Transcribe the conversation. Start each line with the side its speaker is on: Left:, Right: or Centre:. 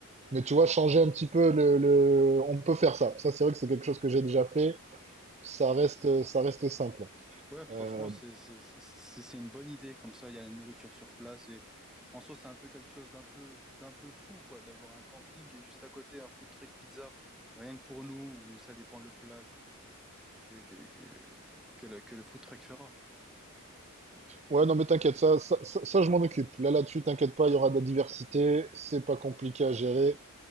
Right: Mais tu vois, changer un petit peu le, le- On peut faire ça. Ça, c'est vrai que c'est quelque chose que j'ai déjà fait. Ça reste, ça reste simple.
Centre: Ouais, franchement,
Right: Euh,
Centre: c'est c'est- c'est- c'est- c'est une bonne idée. Comme ça, il y a la nourriture sur place. Et en soi, c'est un peu quelque chose d'un peu, d'un peu fou, quoi, d'avoir un camping et juste à côté un food truck pizza, rien que pour nous, ou ça dépend le plat qui, que, que, que, que le, que le food truck fera.
Right: ouais, non, mais t'inquiète, ça, ça, ça, ça, je m'en occupe. Là, là-dessus, t'inquiète pas, il y aura de la diversité. C'est pas compliqué à gérer.